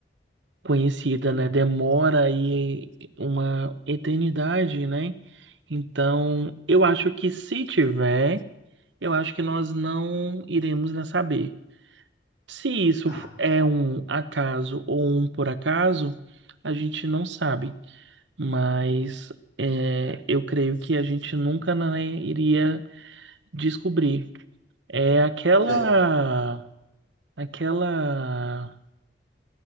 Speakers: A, on the right (about 80°); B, on the left (about 70°).
A: conhecida,
B: Uhum.
A: né, demora aí uma eternidade, né? Então, eu acho que se tiver, eu acho que nós não iremos né, saber. Se isso
B: Ah,
A: é um acaso ou um por acaso, a gente não sabe. mas é, eu creio que a gente nunca, né, iria descobrir. É aquela,
B: olha,
A: aquela,